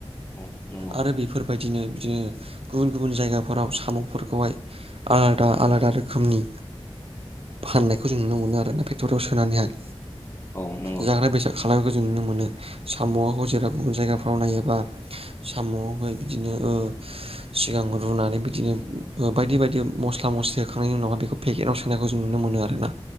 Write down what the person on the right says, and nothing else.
आरो बेफोरबायदिनो बिदिनो गुबुन गुबुन जायगाफोराव सामफोरखौहाय आलादा आलादा रोखोमनि फाननायखौ जों नुनो मोनो आरोना फेक्टरियाव सोनानैहाय
जाग्रा बेसाद खालामनायखौ जों नुनो मोनो सामआखौ जेराव गुबुन जायगाफ्राव नायोबा सामआव हाय बिदिनो ओ सिगां रुनानै बिदिनो ओ बायदि बायदि मस्ला मस्लि होखांनायनि उनावहा बेखौ पेकेटआव सोनायखौ जों नुनो मोनो आरोना